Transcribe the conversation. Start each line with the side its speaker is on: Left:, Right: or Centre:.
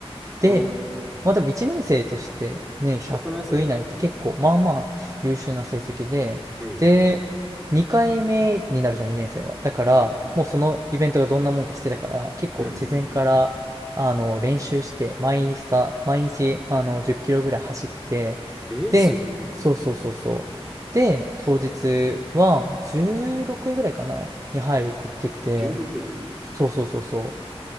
Right: で、
Centre: おお、
Right: まあでも1年生としてね、
Centre: 高くないそれ。
Right: 100以内って結構まあまあ優秀な成績で、
Centre: うん。
Right: で、2回目になるじゃん、2年生は。だから、
Centre: うん。
Right: もうそのイベントがどんなもんかしてたから、結構事前から、
Centre: うん。
Right: あの、練習して、毎朝、毎日、あの、10キロぐらい走って、
Centre: え、すごい。
Right: で、そうそうそうそう。で、当日は16位ぐらいかな、に入ることできて、
Centre: 16位。め
Right: そうそうそうそう。